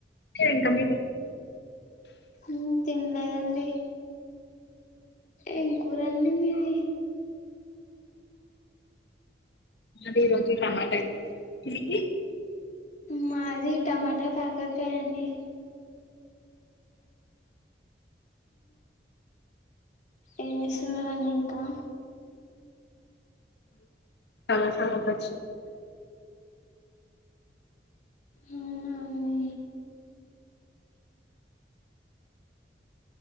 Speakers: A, on the left (about 70°); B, on the left (about 45°).
A: ఇంకా మీ
B: ఊ తినలేదండి ఎంకుర అండి మీది
A: దిరోజు టమాట ఎగ్
B: మాది టమాటా కాకరకాయ అండి ఈ మసిన రడి ఇంకా
A: చాలా చాలా కా
B: అవునా అండి